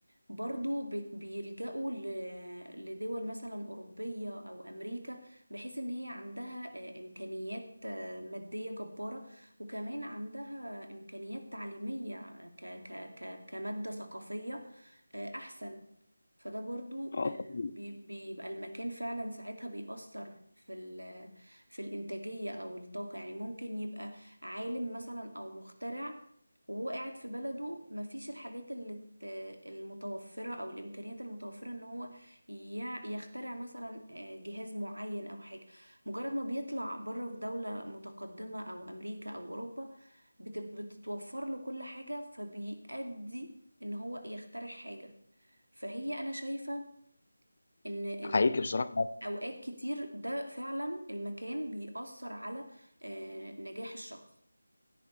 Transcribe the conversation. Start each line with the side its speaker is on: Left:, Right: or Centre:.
Right: برضو بت- بيلجأوا ل- لدول مثلا أوروبية أو أمريكا بحيث إن هي عندها آه، إمكانيات آه، مادية جبارة وكمان عندها إمكانيات تعليمية آه، ك ك ك كمادة ثقافية آه، أحسن فده برضو
Left: اه
Right: آه،
Left: طبعاً.
Right: بي- بيبقى المكان فعلا ساعتها بيأثر في ال- في الإنتاجية أو الطاقة يعني ممكن يبقى عالم مثلا أو مخترع وهو قاعد في بلده مفيش الحاجات اللي ت- المتوفرة أو الإمكانيات المتوفرة إن هو يع- يخترع مثلا آه، جهاز معين أو حاجة مجرد ما بيطلع بره في دولة متقدمة أو أمريكا أو أوروبا بت- بتتوفر له كل حاجة فبيأدي إن هو يخترع حاجة فهي انا شايفة ان ان
Left: حقيقي بصراحه
Right: اوقات كتير ده فعلا المكان بيأثر على آه، نجاح الشخص